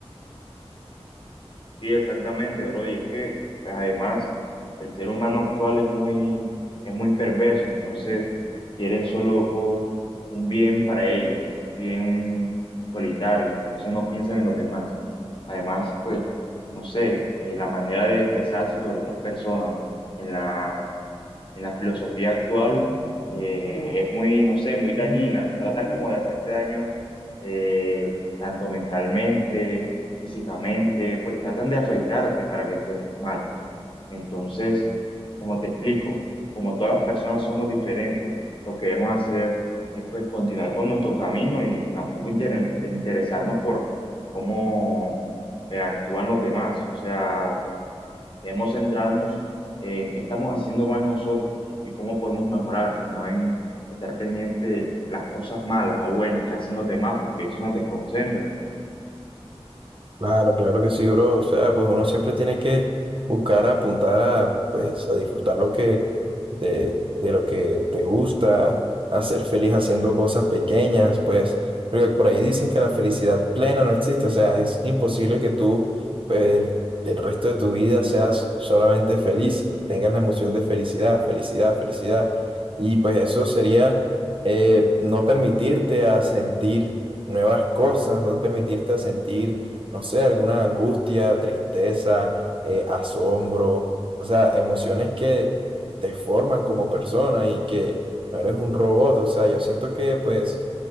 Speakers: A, on the left; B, on the right.
A: Sí, exactamente, bro. Y es que, pues además, el ser humano actual es muy, es muy perverso, entonces quieren solo un bien para ellos, bien solitario, entonces no piensan en los demás. Además, pues, no sé, eh, la manera de expresarse sobre otras personas, en la, en la filosofía actual eh, es muy, no sé, muy dañina. Tratan como de hacerte daño eh, tanto mentalmente, físicamente, pues tratan de afectarte para que tú estés mal. Entonces, como te explico, como todas las personas somos diferentes, lo que debemos hacer es pues continuar con nuestro camino y tampoco inter- interesarnos por cómo eh, actúan los demás. O sea, Debemos centrarnos en qué estamos haciendo mal nosotros y cómo podemos mejorar y no en estar pendiente de las cosas malas o buenas que hacen los demás porque eso nos desconcentra.
B: Claro, claro que sí, bro. O sea, pues uno siempre tiene que buscar apuntar a, pues, a disfrutar lo que, de, de lo que te gusta, a ser feliz haciendo cosas pequeñas, pues, porque por ahí dicen que la felicidad plena no existe. O sea, es imposible que tú, eh, el resto de tu vida seas solamente feliz, tengas la emoción de felicidad, felicidad, felicidad. Y pues eso sería eh, no permitirte a sentir nuevas cosas, no permitirte a sentir no sé, alguna angustia, tristeza, eh, asombro, o sea, emociones que te forman como persona y que no eres un robot, o sea, yo siento que pues